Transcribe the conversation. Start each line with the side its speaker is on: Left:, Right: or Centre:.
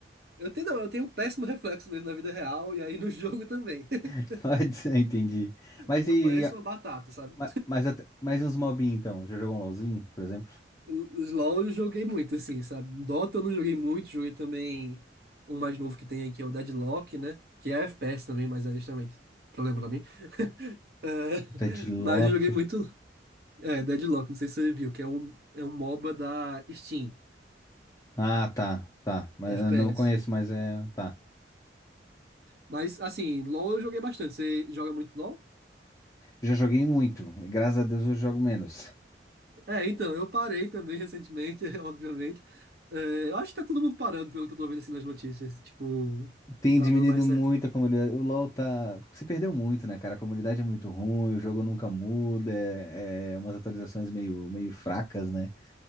Right: Eu tenho, não, eu tenho um péssimo reflexo mesmo na vida real e aí no jogo também. <laughs>
Left: <laughs> Pode ser, entendi. Mas
Right: Eu
Left: e,
Right: pareço
Left: e a-
Right: uma batata, sabe?
Left: ma- mas, até- mas e uns mobinhos então? Já jogou um LoLzinho, por exemplo?
Right: Os LoL eu joguei muito, assim, sabe? Dota eu não joguei muito, joguei também um mais novo que tem aqui, é o Deadlock, né? Que é FPS também, mas é justamente problema pra mim. É, <laughs>
Left: O Deadlock.
Right: mas eu joguei muito É, Deadlock, não sei se você viu, que é um, é um MOBA da Steam,
Left: Ah, tá, tá. Mas
Right: FPS.
Left: eu não conheço, mas é, tá.
Right: Mas, assim, LoL eu joguei bastante. Você joga muito LoL?
Left: Já joguei muito. Graças a Deus eu jogo menos.
Right: É, então, eu parei também recentemente, <laughs> obviamente. É, eu acho que tá todo mundo parando, pelo que eu tô vendo assim nas notícias. Tipo,
Left: Tem
Right: não tá
Left: diminuído
Right: dando mais
Left: muito
Right: certo, não.
Left: a comunidade. O LoL tá. Se perdeu muito, né, cara? A comunidade é muito ruim, o jogo nunca muda, é, é umas atualizações meio, meio fracas, né?